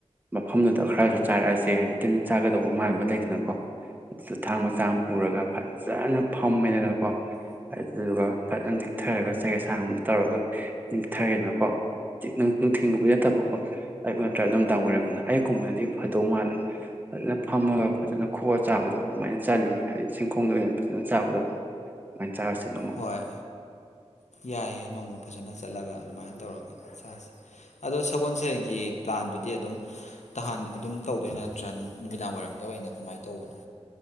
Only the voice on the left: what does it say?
ꯍꯣꯏ ꯌꯥꯏꯌꯦ ꯅꯣꯡꯃ ꯐꯖꯅ ꯆꯠꯂꯒ ꯑꯗꯨꯃꯥꯏꯅ ꯇꯧꯔꯒꯥ ꯆꯁꯦ ꯑꯗꯣ ꯁꯒꯣꯜꯁꯦꯟꯒꯤ ꯄ꯭ꯂꯥꯟꯗꯨꯗꯤ ꯑꯗꯨꯝ ꯇꯍꯥꯟ ꯑꯗꯨꯝ ꯇꯧꯗꯣꯏ ꯅꯠꯇ꯭ꯔꯥ ꯅꯨꯃꯤꯗꯥꯡ ꯋꯥꯏꯔꯝꯗ ꯑꯣꯏꯅ꯫ ꯀꯃꯥꯏ ꯇꯧꯕꯅꯣ꯫